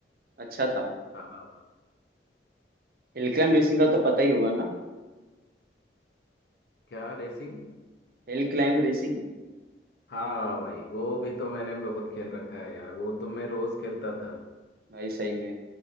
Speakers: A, on the right; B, on the left.
A: अच्छा था
B: हाँ हाँ
A: हिल क्लाइंब रेसिंग का तो पता ही होगा ना
B: क्या रेसिंग
A: Hill climb racing
B: हाँ हाँ, भाई वो भी तो मैंने बहुत खेल रखा है यार वो तो मैं रोज खेलता था
A: भाई सही में